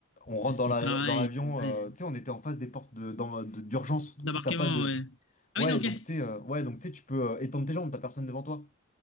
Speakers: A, on the left; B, on the left.
A: On rentre
B: C'était
A: dans la,
B: pareil.
A: dans l'avion,
B: euh, Ouais.
A: euh, tu sais, on était en face des portes de- dans- de- d'urgence. Tu
B: D'embarquement,
A: sais, t'as pas de,
B: ouais. Ah
A: Ouais,
B: oui, non, ok.
A: donc tu sais, euh, ouais, donc tu sais, tu peux euh, étendre tes jambes, t'as personne devant toi.